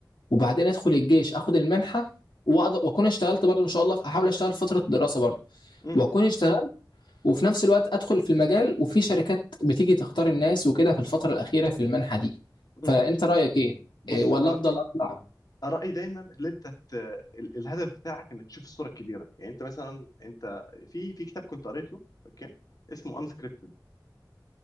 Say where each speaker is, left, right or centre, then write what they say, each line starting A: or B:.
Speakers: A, on the left (about 80°); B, on the left (about 50°).
A: وبعدين أدخل الجيش أخد المنحة وأقدر- وأكون اشتغلت برضه إن شاء الله أحاول أشتغل فترة الدراسة برضه
B: مم.
A: وأكون اشتغلت وفي نفس الوقت ادخل في المجال وفي شركات بتيجي تختار الناس وكده في الفتره الاخيره في المنحه دي
B: مم.
A: فانت رايك ايه
B: بص
A: إيه، ولا
B: انا
A: افضل اطلع
B: رايي دايما ان انت ت... ال- الهدف بتاعك انك تشوف الصوره الكبيره يعني انت مثلا انت في في كتاب كنت قريته اوكي اسمه انسكريبتد